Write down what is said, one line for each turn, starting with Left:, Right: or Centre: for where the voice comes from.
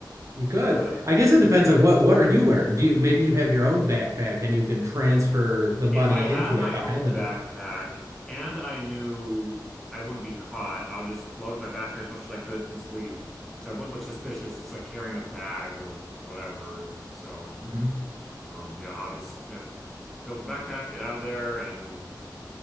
Right: good.
Centre: but
Right: I guess it depends on what what are you wearing? Do you maybe you have your own backpack and you can transfer the money
Centre: if I had
Right: into
Centre: my
Right: it behind
Centre: own
Right: the
Centre: backpack
Right: dom-
Centre: and I knew I wouldn't be caught, I would just load up my backpack as much as I could and just leave because I wouldn't look suspicious. It's like carrying a bag of whatever. So,
Right: Mhm.
Centre: um, yeah, I'll just uh, fill up the backpack, get out of there, and